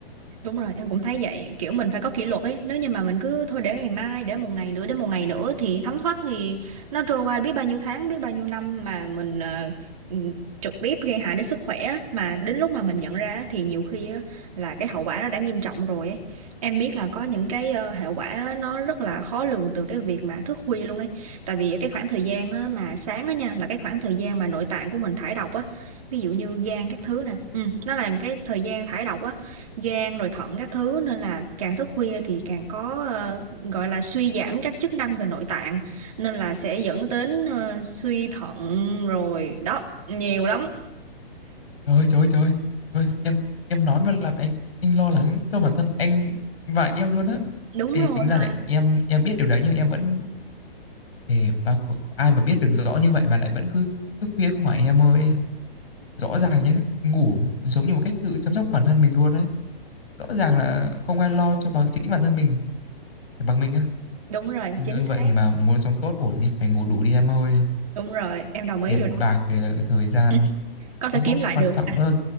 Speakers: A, on the right; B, on the left.
A: Đúng rồi, em cũng thấy vậy, kiểu mình phải có kỷ luật ấy, nếu như mà mình cứ thôi để ngày mai, để một ngày nữa, để một ngày nữa thì thấm thoát thì nó trôi qua biết bao nhiêu tháng, biết bao nhiêu năm mà mình ờ, ừ, trực tiếp gây hại đến sức khỏe á. mà đến lúc mà mình nhận ra á, thì nhiều khi á, là cái hậu quả nó đã nghiêm trọng rồi ấy. Em biết là có những cái ờ, hệ quả á, nó rất là khó lường từ cái việc mà thức khuya luôn ấy. Tại vì cái khoảng thời gian á, mà sáng á nha là cái khoảng thời gian mà nội tạng của mình thải độc á, ví dụ như gan các thứ nè. Ừ, nó là cái thời gian thải độc á gan rồi thận các thứ nên là càng thức khuya thì càng có ờ, gọi là suy giảm các chức năng về nội tạng nên là sẽ dẫn đến ờ, suy thận rồi đó nhiều lắm
B: Trời ơi, trời trời Trời em em nói mà làm anh anh lo lắng cho bản thân anh và em luôn á.
A: đúng
B: Thì
A: rồi
B: tính ra
A: mà
B: là em em biết điều đấy nhưng em vẫn thì ba có, có ai mà biết được rõ như vậy mà lại vẫn cứ thức khuya không phải em ơi. Rõ ràng nhé, ngủ giống như một cách tự chăm sóc bản thân mình luôn đấy. Rõ ràng là không ai lo cho bằng chính bản thân mình, phải bằng mình á.
A: đúng rồi
B: Như
A: chính xác
B: vậy thì mà muốn sống tốt ổn thì phải ngủ đủ đi em ơi.
A: đúng rồi em đồng ý
B: Tiền
A: điều đó
B: bạc về là cái thời gian
A: <laughs> có thể
B: cũng
A: kiếm
B: có
A: lại
B: quan
A: được
B: trọng
A: à.
B: nữa.